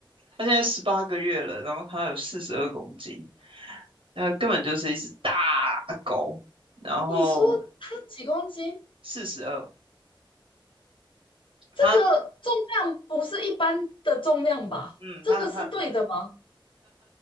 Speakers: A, on the right; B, on the left.
A: 它现在十八个月了，然后它有四十二公斤，那根本就是一只大狗，
B: <laughs>
A: 然后
B: 你说它几公斤？
A: 四十二，
B: 这个重量不是一般的重量吧？
A: 它。嗯，
B: 这个是对的吗？
A: 它很它